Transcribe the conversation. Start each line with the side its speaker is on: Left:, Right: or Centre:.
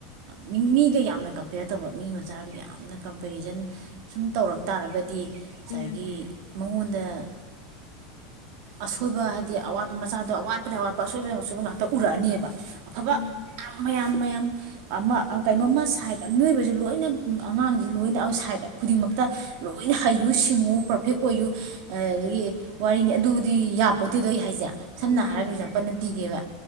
Right: ꯃꯤꯒ ꯌꯥꯝꯅ ꯀ ꯀꯝꯄꯤꯦꯌꯔ ꯇꯧꯕ ꯃꯤ ꯃꯆꯥꯒ ꯌꯥꯝꯅ ꯀꯝꯄꯦꯔꯤꯖꯟ ꯁꯨꯝ ꯇꯧꯔꯛ ꯇꯥꯔꯒꯗꯤ ꯉꯁꯥꯏꯒꯤ
Left: ꯎꯝ
Right: ꯃꯉꯣꯟꯗ ꯑꯁꯣꯏꯕ ꯍꯥꯏꯗꯤ ꯑꯋꯥꯠꯄ ꯃꯆꯥꯗꯣ ꯑꯋꯥꯠꯄꯗ ꯑꯋꯥꯠꯄ ꯑꯁꯣꯏꯕꯗ ꯉꯥꯛꯇ ꯎꯔꯛꯑꯅꯦꯕ ꯑꯐꯕ
Left: ꯎꯝ
Right: ꯃꯌꯥꯝ ꯃꯌꯥꯝ ꯑꯃ ꯀꯩꯅꯣ ꯑꯃ ꯁꯥꯏꯠ ꯃꯤꯑꯣꯏꯕꯕꯁꯤ ꯂꯣꯏꯅ ꯑꯉꯥꯡꯁꯦ ꯂꯣꯏꯅ ꯁꯥꯏꯠ ꯈꯨꯗꯤꯡꯃꯛꯇ ꯂꯣꯏꯅ ꯍꯩꯌꯨ ꯁꯤꯡꯉꯨ ꯄꯔꯐꯦꯛ ꯑꯣꯏꯌꯨ ꯑꯗꯒꯤ ꯋꯥꯔꯤꯅꯤ ꯑꯗꯨꯗꯤ ꯌꯥꯄꯣꯠꯇꯦꯗꯣ ꯑꯩ ꯍꯥꯏꯁꯦ ꯁꯝꯅ
Left: ꯃꯥꯅꯤ
Right: ꯍꯔꯥꯒꯁꯄ ꯄꯤꯒꯦꯕ